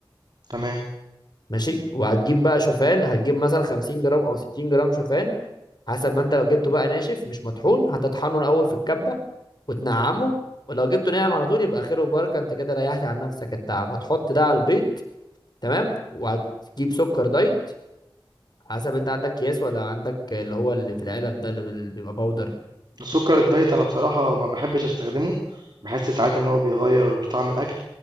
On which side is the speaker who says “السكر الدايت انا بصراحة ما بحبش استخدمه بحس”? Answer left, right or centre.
Right